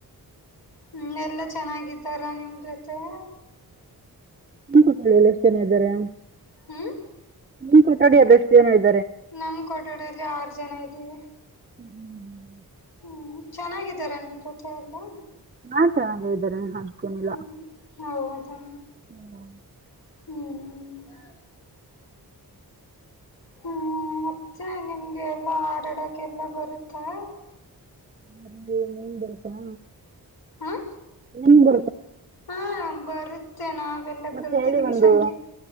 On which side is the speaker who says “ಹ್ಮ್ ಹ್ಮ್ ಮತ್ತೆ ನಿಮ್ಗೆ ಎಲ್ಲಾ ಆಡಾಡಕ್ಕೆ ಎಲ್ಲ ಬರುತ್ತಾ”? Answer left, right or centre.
Left